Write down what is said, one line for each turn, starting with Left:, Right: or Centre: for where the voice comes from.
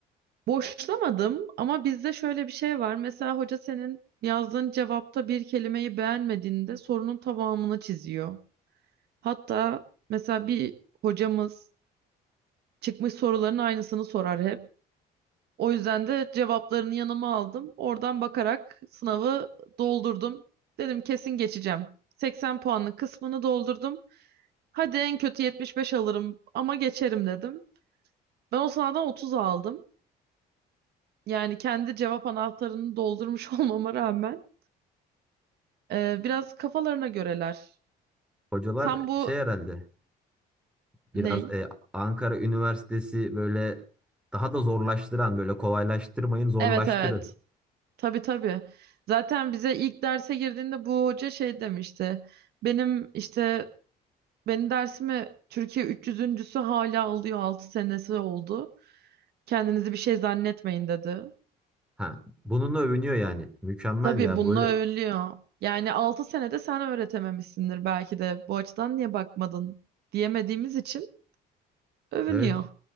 Right: Boşlamadım ama bizde şöyle bir şey var. Mesela hoca senin yazdığın cevapta bir kelimeyi beğenmediğinde sorunun tamamını çiziyor. Hatta mesela bir hocamız çıkmış soruların aynısını sorar hep. O yüzden de cevaplarını yanıma aldım. Oradan bakarak sınavı doldurdum. Dedim kesin geçeceğim. 80 puanlı kısmını doldurdum. Hadi en kötü 75 alırım ama geçerim dedim. Ben o sınavdan 30 aldım. Yani kendi cevap anahtarını doldurmuş <laughs> olmama rağmen e, biraz kafalarına göreler.
Centre: Hocalar
Right: Tam bu
Centre: şey herhalde biraz
Right: ney?
Centre: e, Ankara Üniversitesi böyle daha da zorlaştıran böyle kolaylaştırmayın zorlaştırın.
Right: Evet evet. Tabii tabii. Zaten bize ilk derse girdiğinde bu hoca şey demişti. Benim işte Benim dersime Türkiye 300.sü hala alıyor 6 senesi oldu. Kendinizi bir şey zannetmeyin dedi.
Centre: Ha, bununla övünüyor yani. Mükemmel
Right: Tabii
Centre: ya
Right: bununla
Centre: böyle
Right: övülüyor. Yani 6 senede sen öğretememişsindir belki de. Bu açıdan niye bakmadın diyemediğimiz için övünüyor.
Centre: evet